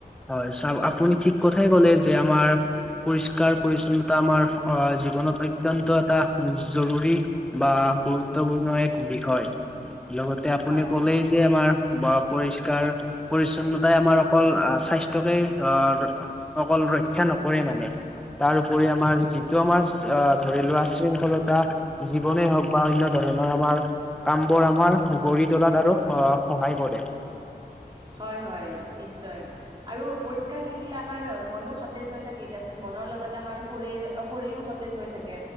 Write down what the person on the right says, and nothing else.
হয়,
উ হয় হয় নিশ্চয় আৰু পৰিষ্কাৰ থাকিলে আমাৰ মনো সতেজ হৈ থাকে এতিয়াচোন মনৰ ৰ লগতে আমাৰ শৰী শৰীৰো সতেজ হৈ থাকে